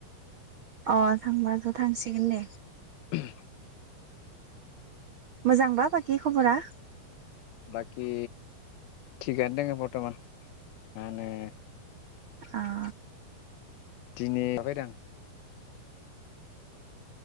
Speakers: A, on the right; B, on the left.
A: अ थांबा ज थांसिगोन दे
B: उम
A: मोजांबा बाकि खबरा
B: बाखि थिगानो दोङो बर्तमान माने
A: आ
B: दिनि हाबायदां